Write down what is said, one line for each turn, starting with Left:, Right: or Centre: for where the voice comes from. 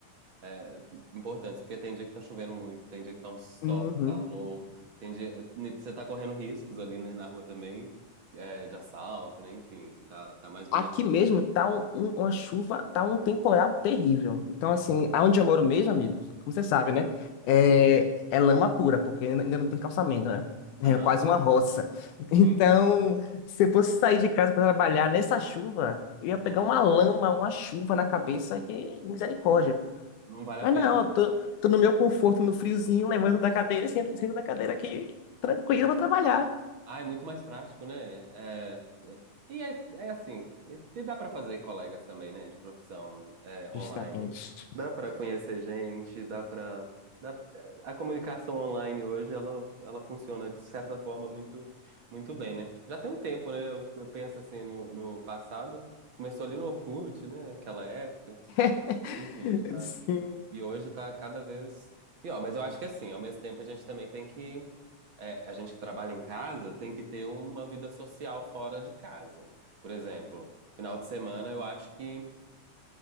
Right: é, importantes, porque tem dia que tá chovendo muito, tem dia que tá um sol,
Left: Uhum.
Right: um calor, tem dia, você tá correndo riscos ali, né, na rua também, é, de assalto, né, enfim, tá, tá mais vulnerável.
Left: Aqui mesmo tá um- um- uma chuva, tá um temporal terrível. Então, assim, aonde eu moro mesmo, amigo, como você sabe, né? É, é lama pura, porque ainda não tem calçamento, né? É
Right: Aham,
Left: quase uma roça. <laughs> Então,
Right: sim,
Left: se eu fosse sair de casa para trabalhar nessa chuva, eu ia pegar
Right: sim.
Left: uma lama, uma chuva na cabeça, que misericórdia.
Right: Não vale
Left: Mas
Right: a pena.
Left: não, eu tô, tô no meu conforto, no friozinho, levando da cadeira, sento, sento na cadeira aqui, tranquilo, vou trabalhar.
Right: Ah, é muito mais prático, né? É, é- e é, é assim, e e dá para fazer colegas também, né? De profissão é, online.
Left: Justamente.
Right: Dá para conhecer gente, dá para dá, a comunicação online hoje ela, ela funciona de certa forma muito muito bem, né? Já tem um tempo, né? Eu, eu penso assim no, no passado, começou ali no Orkut, né? Aquela época.
Left: <laughs>
Right: Enfim,
Left: Sim.
Right: e hoje tá cada vez pior. Mas eu acho que assim, ao mesmo tempo a gente também tem que. é, a gente que trabalha em casa tem que ter uma vida social fora de casa. Por exemplo, final de semana eu acho que